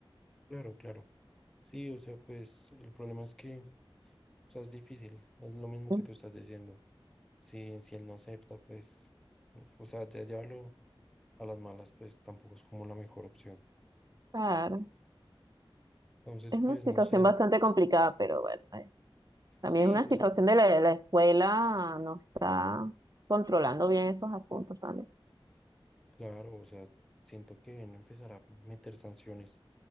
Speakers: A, in the centre; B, on the right (about 40°).
A: claro, claro. Sí, o sea, pues el problema es que, o sea, es difícil, es lo mismo
B: <laughs>
A: que tú estás diciendo. Si, si él no acepta, pues, o sea, ya llevarlo a las malas, pues tampoco es como la mejor opción.
B: Claro.
A: Entonces,
B: Es
A: pues
B: una situación
A: no sé.
B: bastante complicada, pero bueno, eh, también
A: Sí,
B: es una
A: o
B: situación
A: sea,
B: de la, la escuela, no está controlando bien esos asuntos también.
A: claro, o sea, siento que deben empezar a meter sanciones